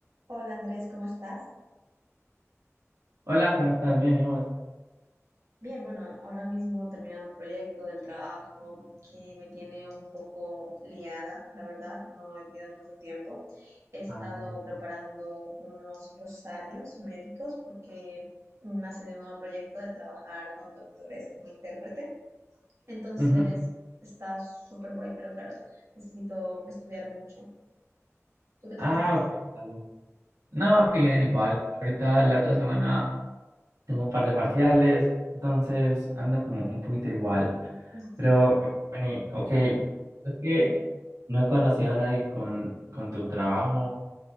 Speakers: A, on the right (about 65°); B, on the right (about 90°).
A: Hola Andrés, ¿cómo estás?
B: Hola, ¿cómo estás? Bien, ¿y vos?
A: Bien, bueno, ahora mismo terminando un proyecto del trabajo que me tiene un poco liada, la verdad, no he tenido mucho tiempo. He estado
B: Vale,
A: preparando
B: ah,
A: unos glosarios médicos porque me ha salido un nuevo proyecto de trabajar con doctores como intérprete. Entonces,
B: Ujú.
A: está súper guay, pero claro, necesito estudiar mucho. ¿Tú qué tal
B: Ah,
A: estás?
B: ok. está bien. No, bien, igual. Ahorita la otra semana tengo un par de parciales, entonces ando como un poquito igual.
A: Ujú.
B: Pero, vení, ok, es que no he conocido a nadie con, con tu trabajo,